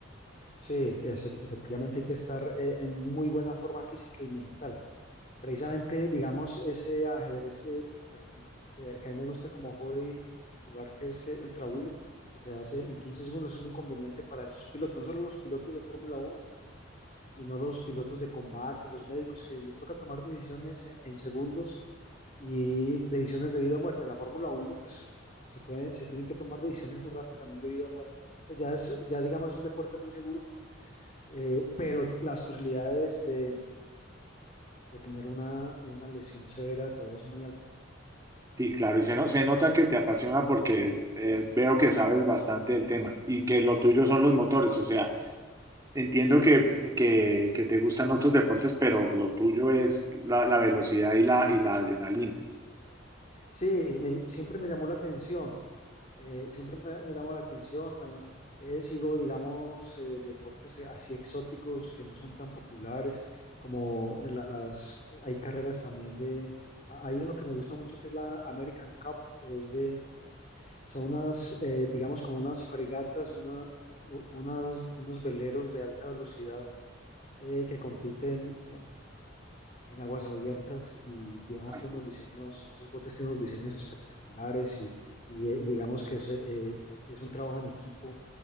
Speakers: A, on the left (about 35°); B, on the right (about 15°).
A: Sí, es- efectivamente hay que estar eh, en muy buena forma física y mental. Precisamente, digamos, ese ajedrez que practico, que, que a mí me gusta como hobby jugar, que es que Ultra Bullet, que se hace en 15 segundos, es muy conveniente para esos pilotos, no solo los pilotos de Fórmula uno sino los pilotos de combate, los médicos, que les toca tomar decisiones en en segundos y decisiones de vida o muerte. En la Fórmula uno pues se, puede, se tienen que tomar decisiones muy rápidas también de vida o muerte. Pues ya, es, ya digamos es un deporte muy seguro, eh, pero las posibilidades de, de tener una, una, lesión severa todavía son muy altas.
B: Sí, claro, y se, no- se nota que te apasiona porque eh, veo que sabes bastante del tema y que lo tuyo son los motores, o sea, entiendo que, que- que te gustan otros deportes, pero lo tuyo es la, la velocidad y la, y la adrenalina.
A: Sí, me, siempre me llamó la atención eh, siempre me, me llamó la atención. También eh, sigo, digamos, eh, deportes eh, así exóticos que no son tan populares, como la- las, hay carreras también de, a- hay uno que me gusta mucho que es la American Cup, que es de, son unas, eh, digamos, como unas fregatas, una, u- unas, unos veleros de alta velocidad eh, que compiten en aguas abiertas y digamos
B: Así.
A: tiene unos diseños, esos botes tienen unos diseños espectaculares y, y, eh, digamos que es, eh, es un trabajo en equipo